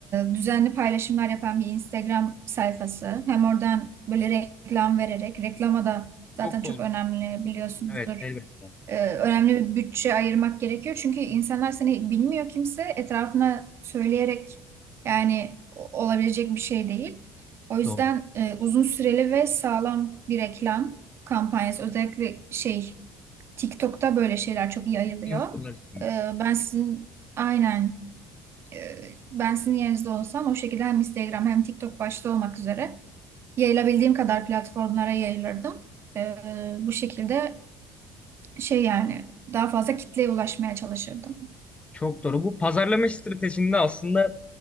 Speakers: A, on the right; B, on the left.
A: düzenli paylaşımlar yapan bir Instagram sayfası. Hem oradan böyle reklam vererek, reklama da zaten
B: Çok
A: çok
B: doğru.
A: önemli biliyorsunuzdur
B: Evet, elbette.
A: e, önemli bir bütçe ayırmak gerekiyor. Çünkü insanlar seni bilmiyor kimse etrafına söyleyerek yani o- olabilecek bir şey değil. O yüzden
B: Doğru.
A: e, uzun süreli ve sağlam bir reklam kampanyası özellikle şey TikTok'ta böyle şeyler çok iyi yayılıyor.
B: Influencerlar için.
A: E, ben sizin aynen e, ben sizin yerinizde olsam o şekilde hem Instagram hem TikTok başta olmak üzere yayılabildiğim kadar platformlara yayılırdım. E, bu şekilde şey yani daha fazla kitleye ulaşmaya çalışırdım.
B: Çok doğru. Bu pazarlama stratejinde aslında